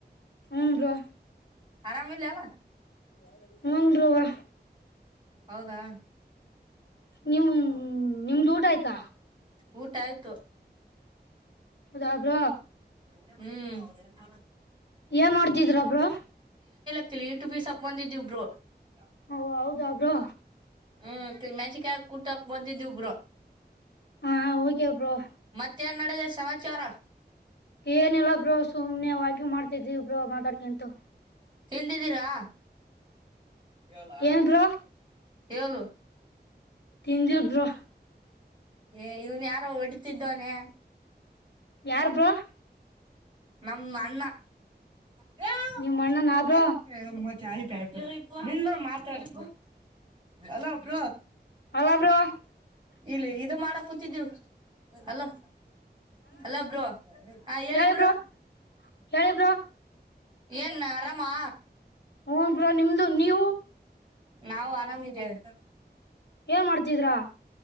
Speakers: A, on the left; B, on the right.
A: ಹ್ಮಞ ರೋ
B: ಆರಾಮೇಿಲ್ಲಲ್ಲ
A: ಯಾವ ಮುಂದು ರರುವ
B: ಹೌದಾ
A: ನಿಮ್
B: ಹಾ
A: ನಿಮ್ದ ಊಟ ಆಯತಾ
B: ಊಟ ಆಯ್ತು
A: ಹೌದ ಬ್ರ
B: ಹ್ಮ್
A: ಏನ್ ಮಾಡ್ತಿದ್ರ ಬ್ರೋ
B: <unintelligible>
A: ಓ ಹೌದಾ ಬ್ರೋ
B: ಹ್ಮ್ ಮೆಣಸಿಕಾಯ ಕುತಕ್ ಬಂದಿದ್ದಿ ಬ್ರೋ
A: ಹಾ ಹೋಗ್ಯಬ್ರ
B: ಮತ್ತೆ ನಡೆದ ಸಮಾಚಾರ
A: ಏನಿಲ್ಲ ಬ್ರೋ ಸುಮ್ನೆವೂ ವಾಕಿಂಗ್ಮಾಡ್ತಿದ್ವಿಬ್ರ ಮಾತಾಡ್ಕಂತು
B: ತಂಡಿದೀರಾ ಇಲಾ
A: ಏನ್ ಬ್ರೋ
B: <inaudible> <inaudible>
A: ತಿಂಡಿ ಬ್ರೋ
B: ಏ ಇವ್ನ್ ಯಾರೋ ಹೊಡಿತಿದ್ದವಾನೆ
A: ಯಾರ್ ಬ್ರೋ
B: ನಮ ಅಣ್ಣ <unintelligible>
A: ನಿಮ್ ಅಣ್ಣನ ಬ್ರೋ
B: ಹ ಮ ಚಾಯಿ ಪಾಯ ನಿನ್ನ ಮಾತಾಡ್ತ ಅಲ ಬ್ರ
A: <unintelligible>
B: ಇಲ್ಲಿ ಇದು ಮಾಡ ಕೂತಿದ್ದೀವು ಅಲೋ ಅಲ್ಲ ಹ ಹೇಳಿಬ್ರೋ
A: ಹೇಳಿ ಬ್ರೋ ಹೇಳಿ ಬ್ರೋ
B: ಏನ್ ಆರಾಮಾ
A: ಹೂ ಬ್ರೋ ನಿಮ್ದು ನೀವು
B: ನಾವು ಆರಾಮಿದ್ದೇವೆ
A: ಏನ್ ಮಾಡ್ತಿದ್ರಾ